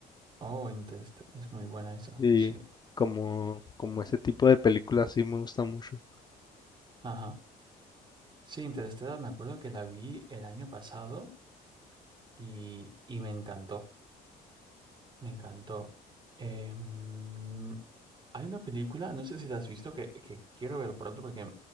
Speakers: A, on the right (about 25°); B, on the left (about 25°).
A: Oh, Interestelar. Es muy buena esa.
B: Sí,
A: Sí.
B: como, como ese tipo de películas sí me gusta mucho.
A: Ajá. Sí, Interestelar, me acuerdo que la vi el año pasado y, y me encantó. Me encantó. Em, hay una película, no sé si la has visto, que, que quiero ver pronto porque